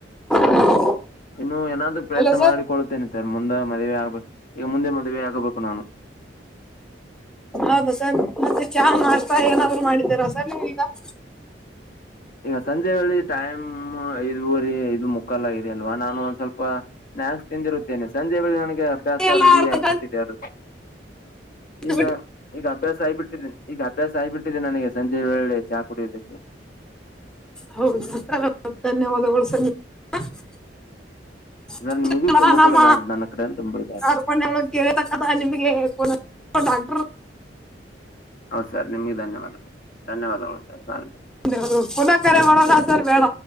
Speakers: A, in the centre; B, on the left.
A: <inaudible>
B: ಇನ್ನು ಏನಾದರೂ ಪ್ರಯತ್ನ
A: ಹಲೋ ಸರ್
B: ಮಾಡಿಕೊಳ್ತೇನೆ ಸರ್ ಮುಂದೆ ಮದುವೆ ಆಗ್ಬೇಕ ಈಗ ಮುಂದೆ ಮದ್ವೆ ಆಗಬೇಕು ನಾನು? <inaudible>
A: ಹೌದು ಸರ್ ಮತ್ತೆ ಚಾ ನಾಸ್ಟ್ ಏನಾದ್ರು ಮಾಡಿದ್ದೀರ ಸರ್ ನೀವ ಈಗ. <inaudible>
B: ಈಗ ಸಂಜೆ ವೇಳಿ ಟೈಮ್ ಐದುವರಿ ಐದು ಮುಕ್ಕಾಲ ಆಗಿದ್ದೆ ಅಲ್ವಾ ನಾನು ಒಂದ್ ಸ್ವಲ್ಪ. <inaudible> ಸ್ನ್ಯಾಕ್ಸ್ ತಿಂದಿರುತ್ತೇನೆ ಸಂಜೆ ಬಳಿ ನನಗೆ ಅಭ್ಯಾಸ
A: ಎಲ್ಲ
B: ರೂಢಿಯ
A: ಅರ್ಧ
B: ಆಗಿಬಿಟ್ಟಿದೆ
A: ಗಂಟೆ
B: ಅದು. <inaudible> ಈಗ
A: ಬಿಟ್ಟು
B: ಈಗ ಅಭ್ಯಾಸ ಆಗಬಿಟ್ಟಿದೆ ಈಗ ಅಭ್ಯಾಸ ಆಗಬಿಟ್ಟಿದೆ ನನಗೆ <inaudible> ಸಂಜೆ ವೇಳೆ ಚಾ ಕುಡಿಯುದಕ್ಕೆ. <inaudible>
A: ಹೌದು ಧನ್ಯವಾದಗಳು ಸರ್ ನಿಮ್ಗೆ. <inaudible>
B: ಸರ್ ನಿಮಗೂ ತುಂಬ
A: ನಮ್ಮ
B: ಕೂಡ ನನ್ನ ಕಡೆಯಿಂದ ತುಂಬಿರುತ್ತಾ
A: ಅರ್ಕೊಂಡಳ ಕೇಳಕ್ಕ ನಿಮಗೆ ಪೋನ್ <inaudible> <unintelligible> ಡಾಕ್ಟರ್. <inaudible>
B: ಹೌದು ಸರ್ ನಿಮ್ಗೆ ಧನ್ಯವಾದ ಧನ್ಯವಾದಗಳು ಸರ್ ನ <inaudible>
A: <unintelligible> ನ ಕ ಮಾಡೋದ ಸರ್ ಬೇಡ